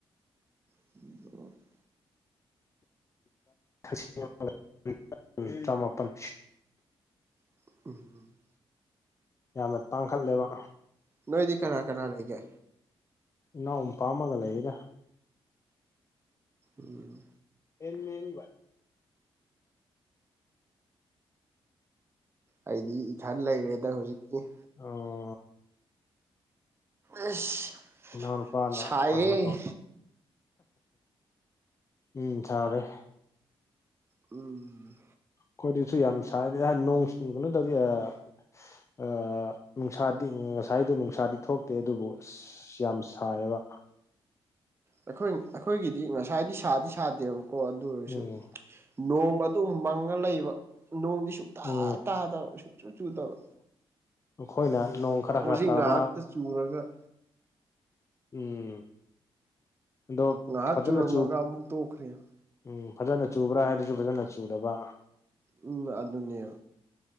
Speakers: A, on the right (about 25°); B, on the left (about 30°).
A: <inaudible>
B: <unintelligible> ꯇꯔꯥ ꯃꯥꯄꯟ
A: <unintelligible>
B: ꯌꯥꯝꯅ ꯇꯥꯡꯈꯜꯂꯦꯕ
A: ꯅꯣꯏꯗꯤ ꯀꯅꯥ ꯀꯅꯥ ꯂꯩꯒꯦ
B: ꯏꯅꯥꯎ ꯅꯨꯄꯥ ꯑꯃꯥꯒ ꯂꯩꯌꯦꯗ
A: ꯎꯝ
B: <unintelligible>
A: ꯑꯩꯗꯤ ꯏꯊꯟ ꯂꯩꯔꯦꯗ ꯍꯨꯖꯤꯛꯇꯤ
B: ꯑꯣ
A: ꯑꯁ
B: ꯏꯅꯥꯎ ꯅꯨꯄꯥ ꯅ
A: ꯁꯥꯏꯌꯦ
B: ꯀꯅ‌ꯣꯃ ꯇꯧ ꯎꯝ ꯆꯥꯔꯦ
A: ꯎꯝ
B: ꯈꯣꯏꯗꯁꯨ ꯌꯥꯝ ꯁꯥꯏꯗ ꯅꯣꯡ ꯆꯨꯕ ꯅꯇꯗꯤ ꯑꯥ ꯅꯨꯡꯁꯥꯗꯤ ꯉꯁꯥꯏꯗꯣ ꯅꯨꯡꯁꯥꯗꯤ ꯊꯣꯛꯇꯦ ꯑꯗꯨꯕꯨ ꯑꯁ ꯌꯥꯝ ꯁꯥꯌ‌ꯦꯕ
A: ꯑꯩꯈꯣꯏꯟ ꯑꯩꯈꯣꯏꯒꯤꯗꯤ ꯉꯁꯥꯏꯗꯤ ꯁꯥꯗꯤ ꯁꯥꯗꯦꯕꯀꯣ ꯑꯗꯨ ꯑꯣꯏꯁꯨ
B: ꯎꯝ
A: ꯅꯣꯡ ꯑꯗꯨꯝ ꯃꯪꯉ ꯂꯩꯕ ꯅꯣꯡꯗꯤ ꯁꯨꯛꯇ
B: ꯎꯝ
A: ꯇꯥꯗꯕ ꯁꯨꯛꯆꯨ ꯆꯨꯗꯕ
B: ꯑꯈꯣꯏꯅ ꯅꯣꯡ ꯈꯔ
A: ꯍꯧꯖꯤꯛ
B: ꯈꯔ ꯇꯥꯕ
A: ꯉꯥꯏꯍꯥꯛꯇ ꯆꯨꯔꯒ
B: ꯎꯝ ꯗꯣꯕ
A: ꯉꯥꯏꯍꯥꯛ
B: ꯐꯖꯅ
A: ꯆꯨꯔꯝꯃꯒ
B: ꯆꯨ
A: ꯑꯃꯨꯛ ꯇꯣꯛꯈ꯭ꯔꯦꯕ
B: ꯎꯝ ꯐꯖꯅ ꯆꯨꯕ꯭ꯔꯥ ꯍꯥꯏꯔꯖꯨ ꯐꯖꯅ ꯆꯨꯗꯕ
A: ꯎꯝ ꯑꯗꯨꯅꯦꯕ